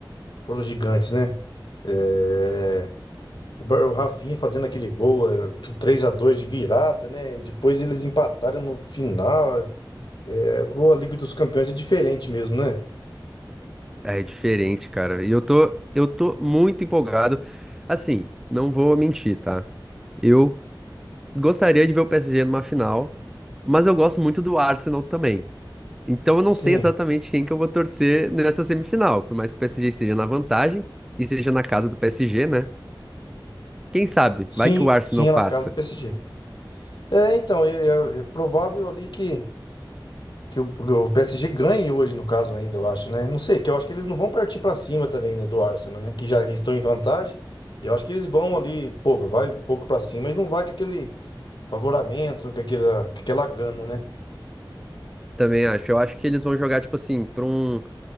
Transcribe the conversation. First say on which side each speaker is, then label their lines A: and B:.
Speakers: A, on the left (about 60°); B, in the centre.
A: foram gigantes, né? É, O Bar- o Rafinha fazendo aquele gol, é, 3x2 de virada, né? E depois eles empataram no final. É, ou a Liga dos Campeões é diferente mesmo, né?
B: É diferente, cara. E eu tô, eu tô muito empolgado. Assim, não vou mentir, tá? Eu gostaria de ver o PSG numa final, mas eu gosto muito do Arsenal também. Então eu não
A: Sim,
B: sei exatamente quem que eu vou torcer nessa semifinal, por mais que o PSG esteja na vantagem e seja na casa do PSG, né? Quem sabe?
A: sim,
B: Vai que o Arsenal
A: sim, é
B: passa.
A: na casa do PSG. É, então, é, é- é provável ali que que o, que o PSG ganhe hoje, no caso, ainda, eu acho, né? Não sei, que eu acho que eles não vão partir pra cima também, né, do Arsenal, né? Que já estão em vantagem. E eu acho que eles vão ali, pouco, vai um pouco pra cima, mas não vai com aquele favoramento, com aquela, com aquela gana, né?
B: Também acho. Eu acho que eles vão jogar tipo assim, para um,